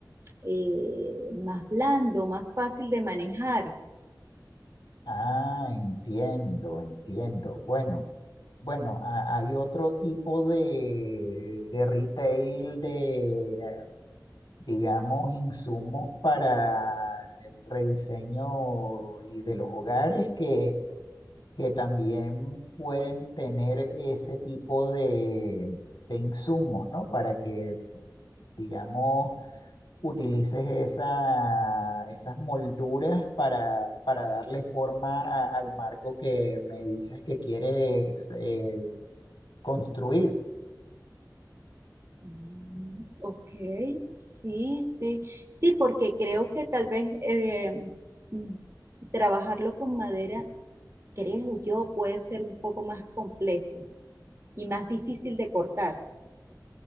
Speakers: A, on the right; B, on the left.
A: eh, más blando, más fácil de manejar.
B: Ah, entiendo, entiendo. Bueno. Bueno, ha- hay otro tipo de, de retail de, digamos, insumos para el rediseño y de los hogares que, que también pueden tener ese tipo de, de insumos, ¿no? Para que, digamos, utilices esa, esas molduras para, para darle forma a- al marco que me dices que quieres eh, construir.
A: Mm, Ok, sí, sí, sí, porque creo que tal vez eh, mm, trabajarlo con madera, creo yo, puede ser un poco más complejo y más difícil de cortar.